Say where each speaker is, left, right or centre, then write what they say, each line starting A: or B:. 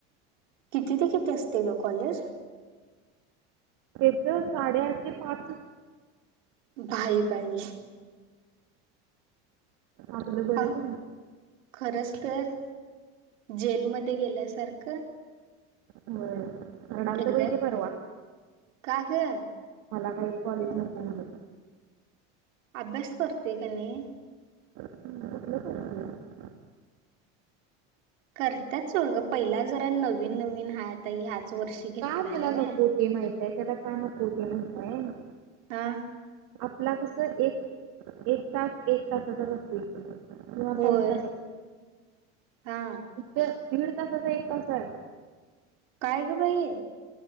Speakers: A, on the right; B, on the right.
A: किती ते किती असते ग कॉलेज?
B: त‌ साडेआठ ते पाच.
A: भाई बाई.
B: आपल बरंच
A: पा
B: हाय ना.
A: खरंच तर जेलमध्ये गेल्यासारखं.
B: होय. रडालत
A: एकदा
B: बाई ते परवा
A: का ग?
B: मला काही कॉलेज नको म्हणून.
A: अभ्यास करते का नाही?
B: <inaudible>
A: करत्यात सोड ग पहिला जरा नवीन -नवीन हाय आता ह्याच वर्षी. घेतला
B: का तेला
A: नव्हे
B: नको ते ती माहितय त्याला का नको ते माहितय.
A: हां.
B: आपला कस एक तास एक तासाचा रस्ता इकडून. किंवा
A: होय
B: पाऊण
A: हा.
B: दीड तासाचा एक कस आहे?
A: काय ग बाई.